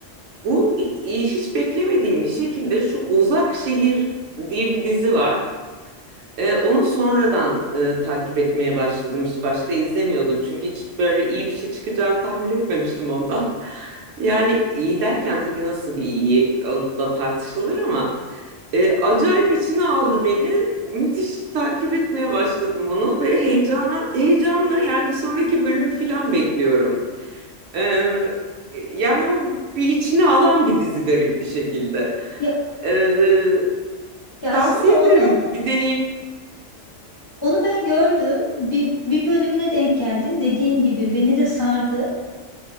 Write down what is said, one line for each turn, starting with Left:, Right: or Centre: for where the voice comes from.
Right: bu e, hiç beklemediğim bir şekilde şu Uzak Şehir diye bir dizi var. Ee, onu sonradan e, takip etmeye başladım. Hiç başta izlemiyordum. Çünkü hiç böyle iyi bir şey çıkacağını tahmin etmemiştim ondan. <laughs> Yani iyi derken tabii nasıl bir iyi onu da tartışılır ama e, acayip içine aldı beni. Müthiş takip etmeye başladım onu ve heyecana, heyecanla yani bir sonraki bölümü falan bekliyorum. Ee, yani o bir içine alan bir dizi garip bir şekilde.
Left: Ya,
Right: Ee,
Left: ya
Right: tavsiye
Left: aslında onu
Right: ederim bir deneyin.
Left: onu ben gördüm. Bir, bir bölümüne denk geldim. Dediğin gibi beni de sardı.